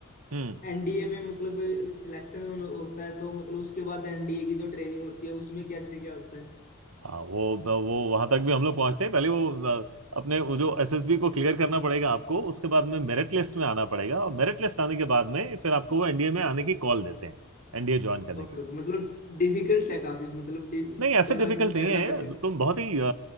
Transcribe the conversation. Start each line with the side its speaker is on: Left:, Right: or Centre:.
Right: हम्म
Left: एनडीए में मतलब सिलेक्शन होता है तो मतलब उसके बाद एनडीए की जो ट्रेनिंग होती है उसमें कैसे क्या होता है
Right: हाँ वो वो वहां तक भी हम लोग पहुंचते हैं पहले वो अ, अपने वो जो एसएसबी को क्लियर करना पड़ेगा आपको उसके बाद में मेरिट लिस्ट में आना पड़ेगा और मेरिट लिस्ट आने के बाद में फिर आपको वो एनडीए में आने की कॉल देते हैं एनडीए ज्वाइन करने
Left: ओके
Right: के लिए
Left: ओके मतलब डिफिकल्ट है काफी मतलब डि-
Right: नहीं ऐसे
Left: थोड़ा
Right: डिफिकल्ट नहीं
Left: करना
Right: है
Left: पड़ेगा
Right: तुम बहुत ही अ,